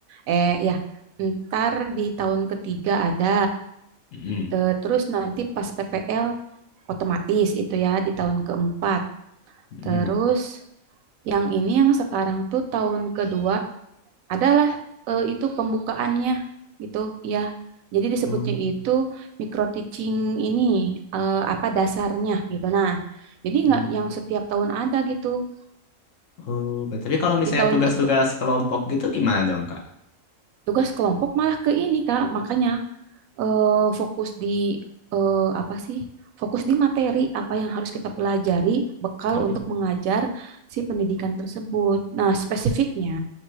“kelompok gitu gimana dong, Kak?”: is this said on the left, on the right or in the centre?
Left